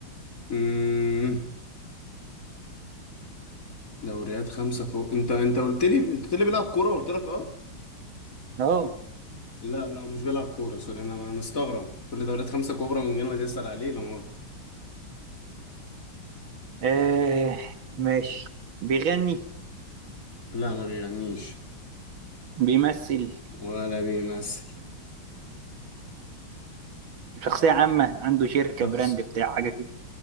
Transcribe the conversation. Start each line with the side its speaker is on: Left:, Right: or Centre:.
Left: مم، دوريات خمسة كو انت انت قلت لي انت قلت لي بيلعب كورة قلت لك اه
Right: اهو
Left: لا لا مش بيلعب كورة سوري انا انا مستغرب تقول لي دوريات خمسة كبرى من غير ما تسأل عليه لا ما
Right: آه ماشي بيغني
Left: لا ما بيغنيش
Right: بيمثل
Left: ولا بيمثل
Right: شخصية عامة عنده شركة
Left: شخص
Right: براند بتاع حاجة كده